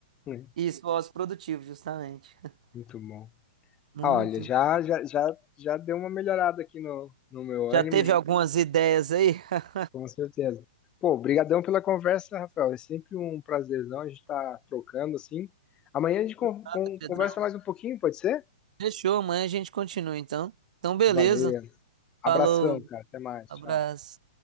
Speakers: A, on the left; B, on the right.
A: Hum,
B: Isso, voz produtivo, justamente. <laughs>
A: Muito bom.
B: Muito.
A: Olha, já, já, já, já deu uma melhorada aqui no, no meu
B: Já
A: ânimo,
B: teve
A: já-
B: algumas ideias aí, <laughs>
A: com certeza. Pô, brigadão pela conversa, Rafael. É sempre um prazerzão a gente estar trocando assim. Amanhã a gente con-
B: Nada,
A: con-
B: Pedrão?
A: conversa mais um pouquinho, pode ser?
B: Fechou, amanhã a gente continua então. Então, beleza.
A: Valeu. Abração,
B: Falou,
A: cara. Até mais.
B: abraço.
A: Tchau.